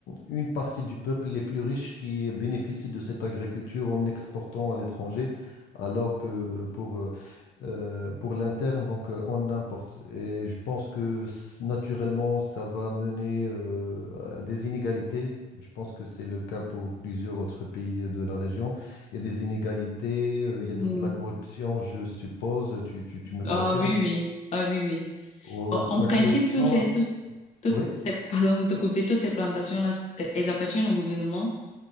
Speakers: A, on the left (about 75°); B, on the left (about 40°).
A: une partie du peuple les plus riches qui bénéficient de cette agriculture en exportant à l'étranger, alors que pour euh, euh, pour l'interne donc euh, on importe. Et je pense que s- naturellement ça va mener euh, à des inégalités. Je pense que c'est le cas pour plusieurs autres pays de la région. Il y a des inégalités, euh, il
B: Oui.
A: y a de, de la corruption, je suppose. Tu tu, tu me
B: Ah
A: confirmes?
B: oui, oui. Ah oui, oui.
A: Ouais, ouais.
B: En, en
A: La
B: principe,
A: corruption,
B: tous ces, tous- Toutes
A: oui.
B: ces- pardon de te couper, toutes ces plantations-là, c'est- elles appartiennent au gouvernement.